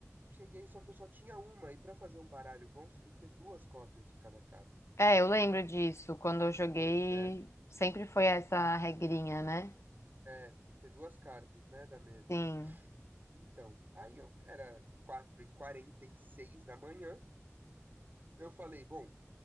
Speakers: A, on the right; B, on the left.
A: cheguei, só que eu só tinha uma, e pra fazer um baralho bom você tem que ter duas cópias de cada carta.
B: É, eu lembro disso. Quando eu joguei,
A: Pois é,
B: sempre foi essa regrinha, né?
A: é, tem que ter duas cartas, né, da mesma.
B: Sim.
A: Então, aí eu era 4 e seis da manhã. Eu falei, bom,